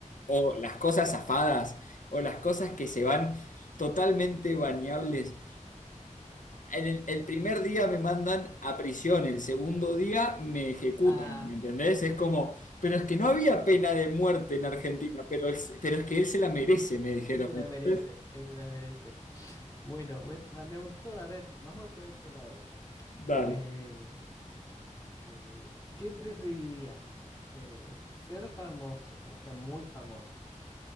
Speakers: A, on the left (about 75°); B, on the left (about 25°).
A: o las cosas zafadas o las cosas que se van totalmente bañables. En el, el primer día me mandan a prisión, el segundo día me ejecutan,
B: Ah,
A: ¿me entendés? Es como, pero es que no había pena de muerte en Argentina, pero, él pero es que él se la merece, me dijeron,
B: Él se
A: ¿me
B: la
A: entendés?
B: merece, él se la merece. Bueno, me, ma- me gustó. A ver, vamos por ese lado.
A: Dale.
B: Eh, eh, ¿qué preferirías? Eh, ¿ser famoso o ser muy famoso